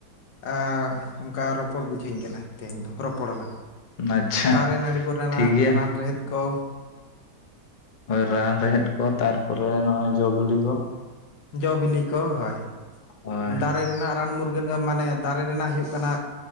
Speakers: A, on the left; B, on the left.
A: ᱾ ᱚᱱᱠᱟ ᱨᱚᱯᱚᱲ ᱵᱩᱡᱷᱟᱹᱣᱧ ᱠᱟᱱᱟ ᱛᱮᱦᱮᱧ ᱫᱚ ᱨᱚᱯᱚᱲ ᱟᱞᱟᱝ᱾
B: ᱟᱪᱪᱷᱟ
A: ᱫᱟᱨᱮ ᱱᱟᱹᱲᱤ ᱠᱚᱨᱮᱱᱟᱜ
B: ᱴᱷᱤᱠ ᱜᱮᱭᱟ
A: ᱨᱟᱱ ᱨᱮᱦᱮᱫ ᱠᱚ᱾
B: ᱨᱟᱱ ᱨᱮᱦᱮᱫ ᱠᱚ ᱛᱟᱨᱯᱚᱨᱮ ᱱᱚᱜᱼᱚᱭ ᱡᱚ ᱵᱤᱞᱤ ᱠᱚ᱾
A: ᱡᱚ ᱵᱤᱞᱤ ᱠᱚ ᱦᱳᱭ
B: ᱦᱳᱭ
A: ᱫᱟᱨᱮ ᱨᱮᱱᱟᱜ ᱨᱟᱱ ᱢᱩᱨᱜᱟᱹᱱ ᱢᱟᱱᱮ ᱫᱟᱨᱮ ᱨᱮᱱᱟᱜ ᱦᱩᱭᱩᱜᱜ ᱠᱟᱱᱟ